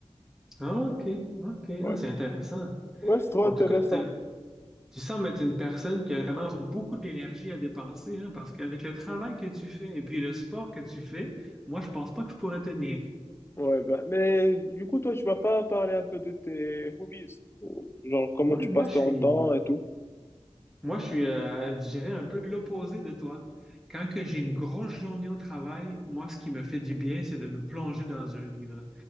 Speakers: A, in the centre; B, on the left (about 20°).
A: Ah, OK, OK,
B: Ouais,
A: ah, c'est intéressant.
B: ouais, c'est trop
A: En
B: intéressant.
A: tout cas, t'as- tu sembles être une personne qui a vraiment beaucoup d'énergie à dépenser, hein, parce qu'avec le travail que tu fais et puis le sport que tu fais, moi, je pense pas que je pourrais tenir.
B: Ouais, bah, mais du coup, toi, tu vas pas parler un peu de tes hobbies, genre comment
A: Oui,
B: tu
A: moi,
B: passes
A: je
B: ton
A: suis,
B: temps et tout.
A: Moi, je suis, euh, je dirais, un peu l'opposé de toi. Quand que j'ai une grosse journée au travail, moi, ce qui me fait du bien, c'est de me plonger dans un livre.